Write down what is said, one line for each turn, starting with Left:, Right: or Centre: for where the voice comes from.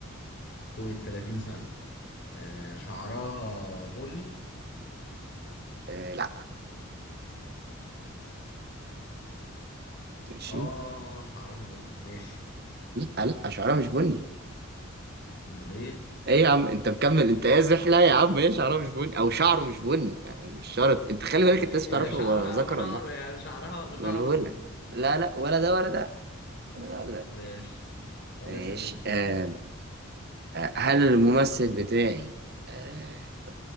Left: فوق ال 30 سنة آه، شعرها بني
Right: آه لا ماشي
Left: أه شعرها بني ماشي
Right: لا لا شعرها مش بني
Left: أمال إيه
Right: ايه يا عم انت مكمل انت قازح لا يا عم ايه شعره مش بني او شعره مش بني آه، مش شرط انت خلي بالك
Left: يا
Right: انت لسه بتعرفش
Left: يا شعرها
Right: هو ذكر
Left: أو شعره
Right: ولا لا
Left: يعني شعرها ولا
Right: ما
Left: شعره
Right: انا بقول لك لا لا ولا ده ولا ده ولا ده ولا ده
Left: ماشي طب
Right: ماشي
Left: اسأل انت
Right: آه آه، هل الممثل بتاعي آه